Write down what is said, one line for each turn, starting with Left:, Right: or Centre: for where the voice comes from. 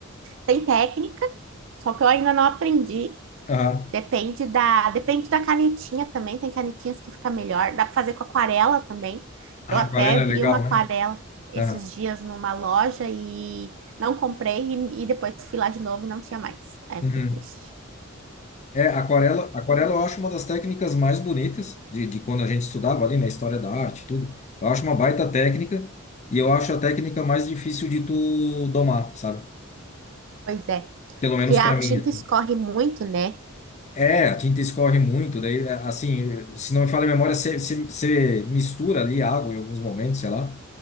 Right: Tem técnica, só que eu ainda não aprendi
Left: Aham.
Right: Depende da, depende da canetinha também. Tem canetinhas que fica melhor. Dá para fazer com aquarela também.
Left: A
Right: Eu até
Left: aquarela
Right: vi
Left: é legal,
Right: uma aquarela
Left: né?
Right: esses
Left: Aham.
Right: dias numa loja e não comprei e, e depois fui lá de novo e não tinha mais. Aí
Left: Uhum.
Right: eu fiquei triste.
Left: É, aquarela, aquarela eu acho uma das técnicas mais bonitas de, de quando a gente estudava ali na história da arte, e tudo. Eu acho uma baita técnica e eu acho a técnica mais difícil de tu domar, sabe?
Right: Pois é,
Left: Pelo
Right: porque
Left: menos
Right: a
Left: para
Right: tinta
Left: mim. assim.
Right: escorre muito, né?
Left: É, a tinta escorre muito, daí é, assim, se não me falha a memória, você você- você mistura ali água em alguns momentos, sei lá,